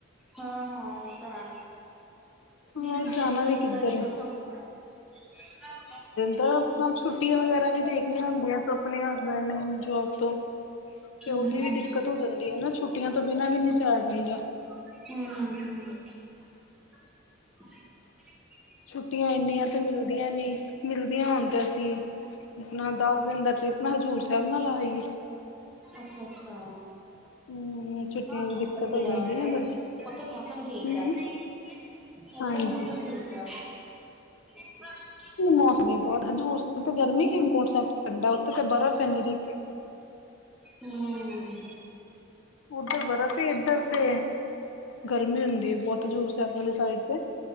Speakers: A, in the centre; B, on the left.
A: ਹਾਂ ਹਾਂ ਓਹ ਤਾਂ ਹੈ ਹਿਲ
B: ਹਾਂ
A: ਸਟੇਸ਼ਨ
B: ਜਾਣਾ
A: ਵਾਲੀ
B: ਵੀ ਕਿੱਧਰ
A: ਸਾਈਡ
B: ਹੈ
A: ਚੱਲਜੋ। <unintelligible>
B: ਤ ਮੂ ਛੁੱਟੀਆਂ ਵਗੈਰਾ ਵੀ ਦੇਖਣੀਆਂ ਹੁੰਦੀਐਂ ਅਪਣੇ ਹਸਬੈਂਡ ਨੇਂ ਜੋਬ ਤੋਂ।
A: ਹੂੰ-ਹੂੰ-ਹੂੰ,
B: ਤੇ ਓਦੀ ਵੀ ਦਿੱਕਤ ਹੋ ਜਾਂਦੀ ਏ ਨਾ ਛੁੱਟੀਆਂ ਤੋਂ ਬਿਨਾ ਵੀ ਨੀ ਜਾਯਾ ਜਾਂਦਾ।
A: <inaudible> ਹਾਂ ਹਾਂ।
B: ਛੁੱਟੀਆਂ ਇੰਨੀਆਂ ਤੇ ਮਿਲਦੀਆਂ ਨੀ ਮਿਲਦੀਆਂ ਹੋਣ ਤੇ ਅਸੀਂ ਆਪਣਾ ਦਸ ਦਿਨ ਦਾ ਟ੍ਰਿਪ ਨਾ ਹਜ਼ੂਰ ਸਾਹਿਬ ਨਾ ਲਾ ਆਈਏ।
A: ਅੱਛਾ-ਅੱਛਾ।
B: ਹਮ ਛੁੱਟੀਆਂ
A: ਜਾ
B: ਦੀ ਦਿੱਕਤ ਹੋ ਜਾਂਦੀ
A: ਆਉਣੇ
B: ਨਾ
A: ਆ
B: ਬੜੀ
A: ਉੱਥੇ ਮੌਸਮ ਠੀਕ
B: ਹਮ
A: ਆ। ਹੁਣ
B: ਹਾਂਜੀ
A: ਤੇ ਮੌਸਮ ਠੀਕ ਐ। <inaudible>
B: ਮੌਸਮੀ ਬਹੁਤ ਹਜੂਰ ਸਾਹਿਬ ਤੇ ਗਰਮੀ ਹੇਮਕੁੰਟ ਸਾਹਿਬ ਠੰਡਾ ਉੱਥੇ ਤਾਂ ਬਰਫ਼ ਹੇ ਨੀਰੀ।
A: ਹੂੰ।
B: ਔਧਰ ਬਰਫ਼ ਏ ਐਧਰ ਤੇ ਗਰਮੀ ਹੁੰਦੀ ਏ ਬੌਤ ਹਜੂਰ ਸਾਹਿਬ ਵਾਲੀ। ਸਾਈਡ ਤੇ